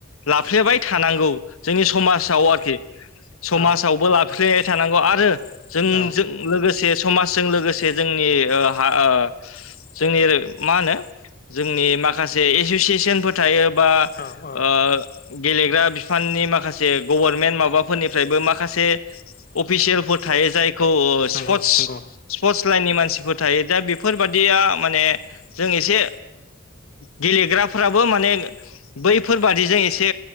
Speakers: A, on the left (about 80°); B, on the left (about 45°).
A: लाफ्लेबाय थानांगौ जोंनि समाजाव आरोखि समाजावबो
B: औ
A: लाफ्लेबाय थानांगौ आ रो जोंजों
B: औ
A: लोगोसे समाजजों लोगोसे जोंनि ओ हा ओ जोंनि मा होनो जोंनि माखासे एस'सियेसनफोर थायो बा
B: औ औ
A: ओ गेलेग्रा बिफाननि माखासे गभर्नमेन्ट माबाफोरनिफ्रायबो माखासे अफिसियेलफोर थायो जायखौ
B: नंगौ
A: स्पट्स
B: नंगौ
A: स्पटस लाइननि मानसिफोर थायो दा बेफोरबादिया माने जों एसे गेलेग्राफोराबो माने बैफोरबादिजों एसे